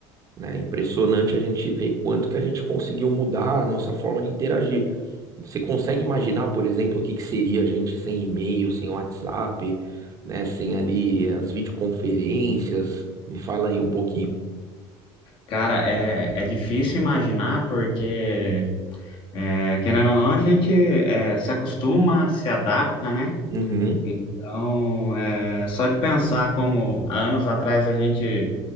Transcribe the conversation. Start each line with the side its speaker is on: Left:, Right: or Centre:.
Right: né? Impressionante a gente ver quanto que a gente conseguiu mudar a nossa forma de interagir. Você consegue imaginar, por exemplo, o que que seria a gente sem e-mail, sem WhatsApp, né? Sem ali as videoconferências? Me fala aí um pouquinho.
Left: Cara, é, é difícil imaginar porque, é, querendo ou não, a gente é, se acostuma, se adapta, né?
Right: Uhum.
Left: Então, é, só de pensar como há anos atrás a gente